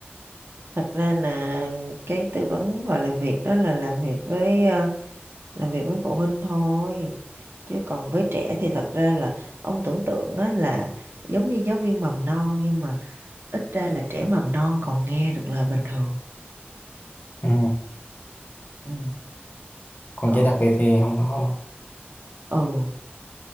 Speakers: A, on the right; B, on the left.
A: thật ra là cái tư vấn và làm việc đó là làm việc với ờ, làm việc với phụ huynh thôi chứ còn với trẻ thì thật ra là ông tưởng tượng á, là giống như giáo viên mầm non nhưng mà ít ra là trẻ mầm non còn nghe được lời bình thường
B: ừ.
A: ừ.
B: còn
A: còn
B: trẻ đặc biệt thì không có không
A: ừ